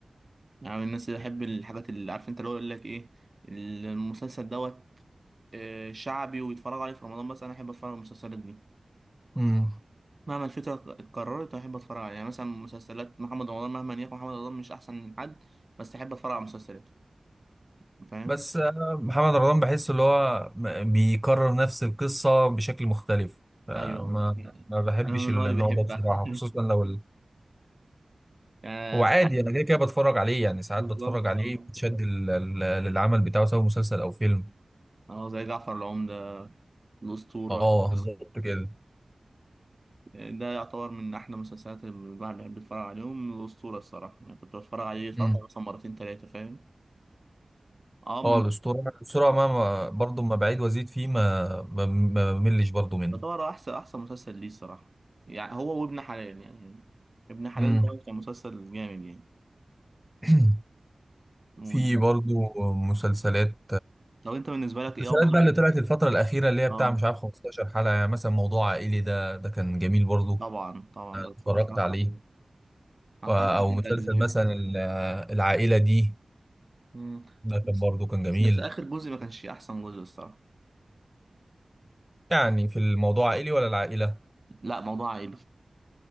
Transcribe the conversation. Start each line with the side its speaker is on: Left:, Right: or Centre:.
Right: يعني من الناس اللي بحب الحاجات اللي عارف انت اللي هو يقول لك ايه المسلسل دوت آه، شعبي ويتفرجوا عليه في رمضان بس انا احب اتفرج على المسلسلات دي
Centre: امم
Right: مهما الفكره اتكررت احب اتفرج عليها يعني مثلا مسلسلات محمد رمضان مهما يكون محمد رمضان مش احسن من حد بس احب اتفرج على مسلسلاته فاهم
Centre: بس آه، محمد رمضان بحس اللي هو م- بيكرر نفس القصه بشكل مختلف فما
Right: ايوه يعني
Centre: ما بحبش
Right: انا من النوع
Centre: النوع
Right: اللي بيحبها
Centre: ده بصراحه خصوصا لو ال...
Right: <laughs> يعني
Centre: هو عادي انا كده كده بتفرج عليه يعني ساعات
Right: بالظبط
Centre: بتفرج عليه
Right: آه.
Centre: بتشد ال- ال- للعمل بتاعه سواء مسلسل او فيلم
Right: اه زي جعفر العمدة الأسطورة
Centre: اه بالظبط كده
Right: ده يعتبر من أحلى المسلسلات اللي الواحد بيحب يتفرج عليهم الأسطورة الصراحة يعني كنت بتفرج عليه اتفرجت
Centre: مم.
Right: عليه مثلا مرتين تلاتة فاهم اه
Centre: اه
Right: من
Centre: الاسطوره الاسطوره ما ما- برضه ما بعيد وازيد فيه ما ما ما بملش برضه منه
Right: يعتبر احسن احسن مسلسل ليه الصراحه يعني هو وابن حلال يعني ابن حلال
Centre: امم
Right: ده كان مسلسل جامد يعني
Centre: <clears throat>
Right: وبالذات-
Centre: في برضه مسلسلات
Right: لو انت بالنسبه لك
Centre: المسلسلات
Right: ايه افضل
Centre: بقى اللي طلعت الفتره الاخيره اللي هي
Right: اه
Centre: بتاع مش عارف 15 حلقه يعني مثلا موضوع عائلي ده ده كان جميل برضه
Right: طبعا طبعا
Centre: اتفرجت
Right: بتف- اتفرجت
Centre: عليه
Right: عليه انا
Centre: او
Right: اتفرجت على
Centre: مسلسل
Right: ثلاث اجزاء
Centre: مثلا ال- العائله دي
Right: مم.
Centre: ده كان
Right: بس
Centre: برضه كان جميل
Right: بس اخر جزء ما كانش احسن جزء الصراحه
Centre: يعني في الموضوع عائلي ولا العائله
Right: لا موضوع عائلي